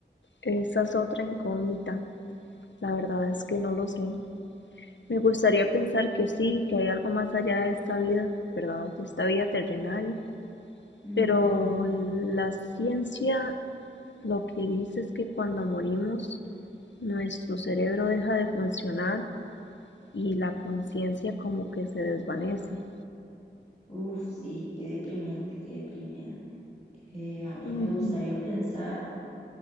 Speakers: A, on the left; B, on the left.
A: esa es otra incógnita. La verdad es que no lo sé. Me gustaría pensar que sí, que hay algo más allá de esta vida, ¿verdad? De esta vida terrenal.
B: Ujú.
A: Pero la ciencia lo que dice es que cuando morimos, nuestro cerebro deja de funcionar y la conciencia como que se desvanece.
B: Uf, sí, qué deprimente, qué deprimente. Eh, a mí
A: Ujú.
B: me gustaría pensar